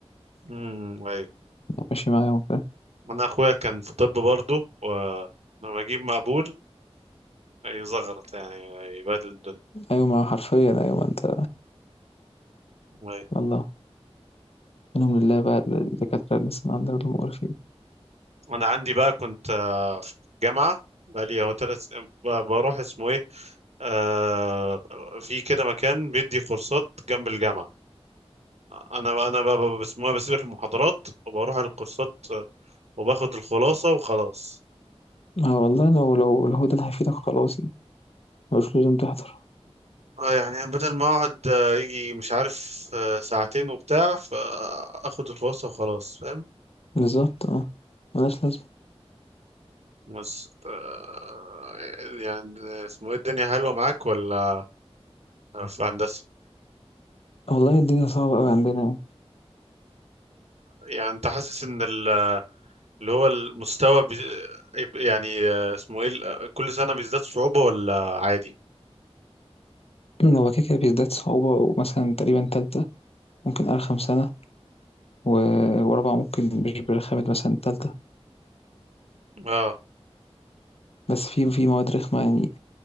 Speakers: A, on the right; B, on the left.
A: امم ايوه
B: ماشي معاهم فاهم،
A: انا اخويا كان في طب برضه ولما اجيب مقبول يزغرط يعني يبهدل الدنيا
B: أيوه ما هو حرفيًا أيوه ما أنت
A: أيوة.
B: الله، منهم لله بقى ال الدكاترة اللي لسّه عندنا دول مقرفين،
A: انا عندي بقى كنت آه، في جامعه بقالي هو تلت بروح اسمه ايه آه في كده مكان بيدي كورسات جنب الجامعه انا انا بقى بقى- بسموها بسيب المحاضرات وبروح على الكورسات آه، وباخد الخلاصه وخلاص
B: ما هو والله لو لو لو هو ده اللي هيفيدك خلاص يعني، ما لوش لازم تحضر،
A: اه يعني بدل ما اقعد آه، يجي مش عارف آه، ساعتين وبتاع فاخد الخلاصه وخلاص فاهم
B: بالضبط آه، ما لهاش لازمة،
A: بس آه، يعني اسمه ايه الدنيا حلوه معاك ولا في هندسه
B: والله الدنيا صعبة أوي عندنا يعني،
A: يعني انت حاسس ان ال اللي هو المستوى بي... يعني آه، اسمه ايه ال- كل سنة بيزداد صعوبة ولا عادي
B: <clears throat> هو كده، كده بيزداد صعوبة ومثلًا تقريبًا تالتة ممكن أرخم سنة و ورابعة ممكن مش برخامة مثلًا تالتة،
A: اه
B: بس في في مواد رخمة يعني